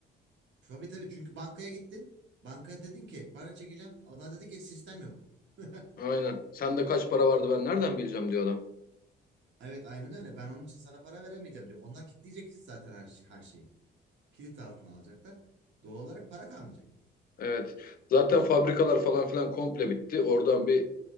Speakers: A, on the right; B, on the left.
A: Tabii tabii çünkü bankaya gittin. Bankaya dedin ki para çekeceğim. Onlar dedi ki sistem yok. <laughs>
B: Aynen. Sende kaç para vardı ben nereden bileceğim diyor adam.
A: Evet aynen öyle. Ben onun için sana para veremeyeceğim diyor. Onlar kilitleyecek zaten her, her şeyi. Kilit altına alacaklar. Doğal olarak para kalmayacak.
B: Evet. Zaten fabrikalar falan filan komple bitti. Oradan bir